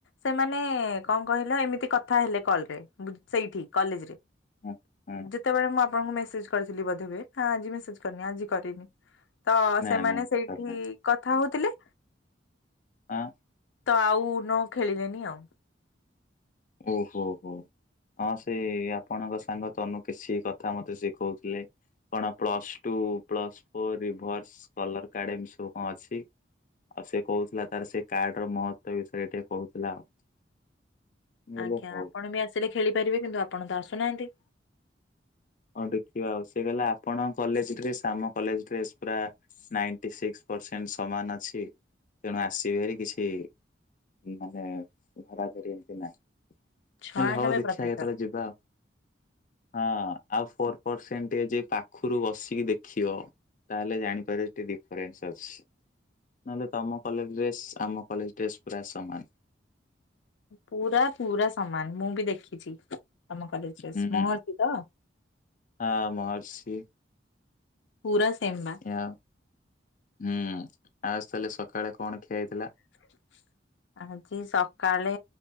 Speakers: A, on the left (about 85°); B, on the left (about 45°).
A: ସେମାନେ କଣ କହିଲ ଏମିତି କଥା ହେଲେ କଲ୍ ରେ ସେଇଠିଁ କଲେଜରେ।
B: ଆଚ୍ଛା।
A: ଯେତେବେଳେ ମୁଁ ଆପଣଙ୍କୁ ମେସେଜ କରିଥିଲି ବୋଧେହୁଏ। ହଁ ଆଜି ମେସେଜ କରିନି ଆଜି କରିମି। ତ
B: ନା
A: ସେମାନେ
B: ନା ନା,
A: ସେଇଠିଁ
B: କରିନାହାନ୍ତି।
A: କଥା ହଉଥିଲେ।
B: ହଁ।
A: ତ ଆଉ ନୋ ଖେଳିଲେନି ଆଉ।
B: ଓ ହୋ ହୋ। ହଁ ସେ ଆପଣଙ୍କ ସାଙ୍ଗ ତନୁ କିସି କଥା ମୋତେ ଶିଖଉଥିଲେ। କଣ plus two plus four reverse colour card ଏମିତି ସବୁ କଣ ଅଛି? ଆଉ ସେ କହୁଥିଲା ତାର ସେ କାର୍ଡ ର ମହତ୍ୱ ବିଷୟରେ ଟିକେ କହୁଥିଲା ଆଉ। ହେଲେ
A: ଆଜ୍ଞା
B: ହଉ
A: ଆପଣ ବି ଆସିଲେ ଖେଳିପାରିବେ କିନ୍ତୁ ଆପଣ ତ ଆସୁନାହାନ୍ତି।
B: ହଁ ଦେଖିବା ଆଉ। ସେ କହିଲା ଆପଣ କଲେଜ ଡ୍ରେସ ଆମ କଲେଜେ ଡ୍ରେସ ପୁରା ନାଇଟି ସିକ୍ସ ପରସେଣ୍ଟ ସମାନ ଅଛି ତେଣୁ ଆସିବେ ହେରିକି କିଛି। ମାନେ ଧରା ଧରି ଏମତି ନାଇଁ। ମୁଁ
A: ଛୟାନବେ
B: କହିଲି ହଉ ଦେଖିବା
A: ପ୍ରତିଶତ
B: କେତେବେଳେ ଯିବା ଆଉ। ହଁ। ଆଉ ଫୋର ପରସେଣ୍ଟ ଟିକେ ଯାଇ ପାଖରୁ ବସିକି ଦେଖିବ। ତାହେଲେ ଜାଣିପାରିବ ହେଠି ଡିଫରେନ୍ସ ଅଛି। ନହେଲେ ତମ କଲେଜ ଡ୍ରେସ୍ ଆମ କଲେଜ ଡ୍ରେସ୍ ପୁରା ସମାନ।
A: ପୁରା ପୁରା ସମାନ ମୁଁ ବି ଦେଖିଛି ତମ କଲେଜ ଡ୍ରେସ୍
B: ହୁଁ
A: ମହର୍ଷି ତ?
B: ହଁ ମହର୍ଷି।
A: ପୁରା ସେମ୍ନା।
B: <unintelligible> ହୁଁ ଆଉ ତାହେଲେ ସକାଳେ କଣ ଖିଆ ହେଇଥିଲା?
A: <inaudible> ଆଜି ସକାଳେ